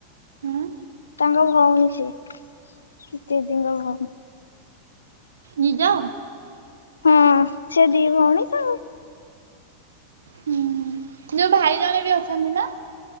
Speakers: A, on the right (about 65°); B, on the left (about 70°).
A: ହୁଁ
B: ତାଙ୍କ ଭଉଣୀ ସିଏ ଦିଦିଙ୍କ ଭଉଣୀ।
A: ନିଜ।
B: ହଁ ସେ ଦି ଭଉଣୀ ତ।
A: ହୁଁ ଯୋଉ ଭାଇ ଜଣେ ବି ଅଛନ୍ତି ନା।